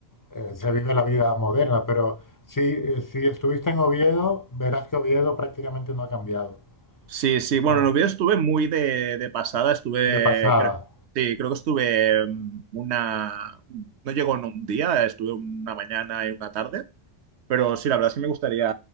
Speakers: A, on the left; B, on the right.
A: eh, se vive la vida moderna, pero si, eh, si estuviste en Oviedo, verás que Oviedo prácticamente no ha cambiado,
B: Sí, sí,
A: está
B: bueno, en Oviedo estuve muy de, de pasada, estuve,
A: de pasada.
B: creo, sí, creo que estuve mm, una, no llegó en un día, estuve una mañana y una tarde, pero sí, la verdad sí me gustaría